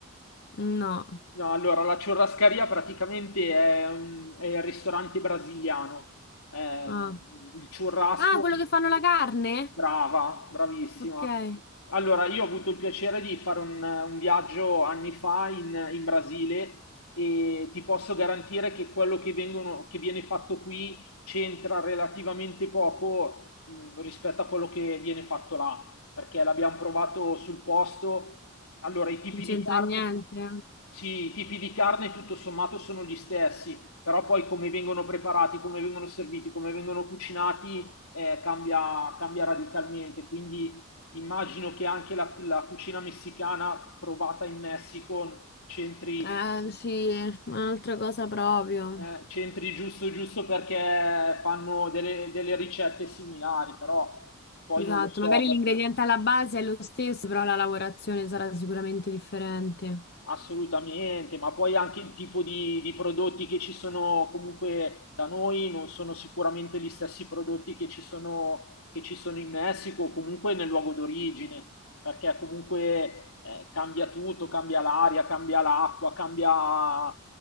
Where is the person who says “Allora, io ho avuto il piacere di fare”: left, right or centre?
Left